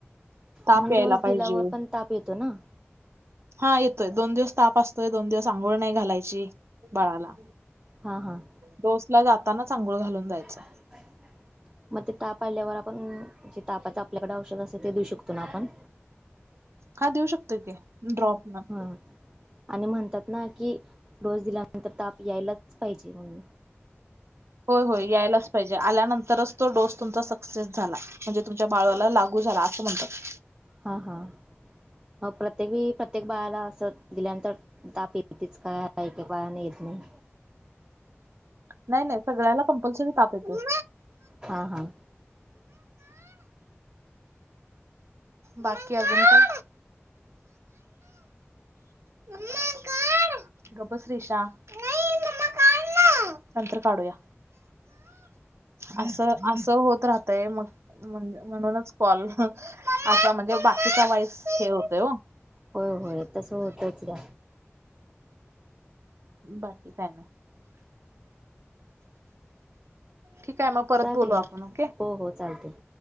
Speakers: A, on the right (about 70°); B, on the right (about 20°).
A: ताप
B: आणि
A: यायला
B: डोस दिल्यावर
A: पाहिजे.
B: पण ताप येतो ना.
A: हा येतोय दोन दिवस ताप असतोय दोन दिवस आंघोळ नाही घालायची. बाळाला.
B: हां हां.
A: डोस ला जाताना अंघोळ गोळ घालून जायचं.
B: ह. मग ते ताप आल्यावर आपण जे तापाच आपल्याकडे औषध असे ते देऊ शकतो ना आपण
A: हा देऊ शकतो का ड्रॉप न
B: हा आणि म्हणतात ना की डोस दिल्यानंतर ताप यायलाच पाहिजे म्हणून
A: होय होय यायलाच पाहिजे आल्यानंतरच तो डोस तुमचा सक्सेस झाला. म्हणजे तुमच्या बाळाला लागू झाला असं म्हणतात.
B: हां हां मग प्रत्येक प्रत्येक बाळाला असं दिल्यानंतर तापी तच काय आहेक बाळने येत नाही.
A: नाही नाही सगळ्याला कंपल्सरी ताप येते.
B: हा हा.
A: बाकीकी अजून का? <unintelligible> गब बस श्रीशा. काढ ना नंतर काढूया. असं असं होत राहतय मग म्हणूनच कॉल असा म्हणजे बाकीचा वाॉईस हे होतोय हो.
B: हो होय तसं होतच घ्या.
A: बाकी काय नाय. ठीक आहे मग परत
B: चालते
A: बोलू
B: का
A: आपण ओके.
B: हो हो चालते.